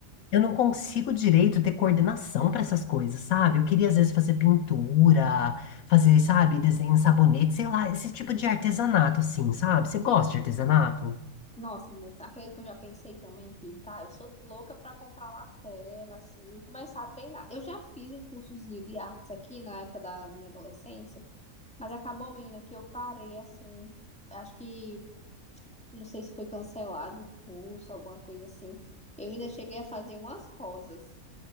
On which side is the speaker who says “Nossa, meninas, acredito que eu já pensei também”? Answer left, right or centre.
Centre